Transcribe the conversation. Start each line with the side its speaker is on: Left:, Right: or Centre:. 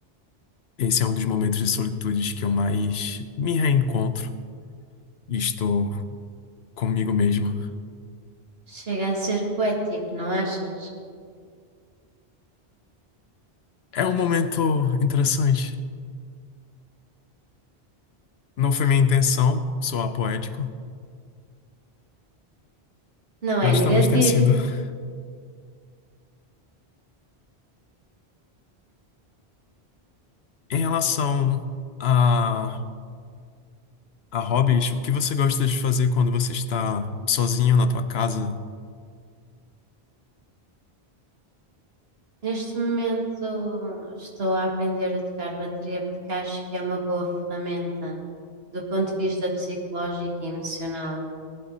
Left: Esse é um dos momentos de solitude que eu mais me reencontro e estou comigo mesmo.
Right: Chega a ser poético, não achas?
Left: É um momento interessante. Não foi minha intenção soar poético,
Right: Não
Left: mas
Right: é negativo.
Left: talvez tenha sido. <laughs> Em relação a, a hobbies, o que você gosta de fazer quando você está sozinho na tua casa?
Right: Neste momento estou a aprender a tocar bateria porque acho que é uma boa ferramenta do ponto de vista psicológico e emocional